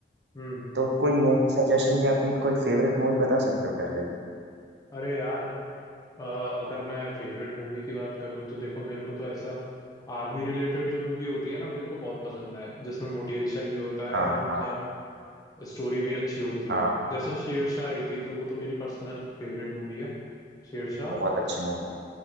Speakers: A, on the left; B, on the right.
A: हम्म
B: तो कोई मूवी सजेशन या अपनी कोई फेवरेट मूवी बता सकते हो पहले की
A: अरे यार अ, अगर मैं फेवरेट मूवी की बात करूं तो देखो मेरे को तो ऐसा आर्मी रिलेटेड जो मूवी होती है ना मेरे को बहुत पसंद है जिसमें मोटिवेशन भी होता
B: हाँ
A: है एंड
B: हाँ
A: देन स्टोरी भी अच्छी होती
B: हाँ
A: है जैसे शेरशाह आई थी तो वो तो मेरी पर्सनल फेवरेट मूवी है शेरशाह
B: बहुत अच्छी मूवी